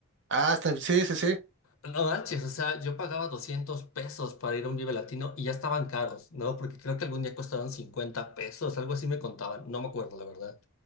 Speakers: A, on the right; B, on the left.
A: Ah, está- sí, sí, sí.
B: No manches, o sea, yo pagaba 200 pesos para ir a un Vive Latino y ya estaban caros, ¿no? Porque creo que algún día costaron 50 pesos, algo así me contaban, no me acuerdo, la verdad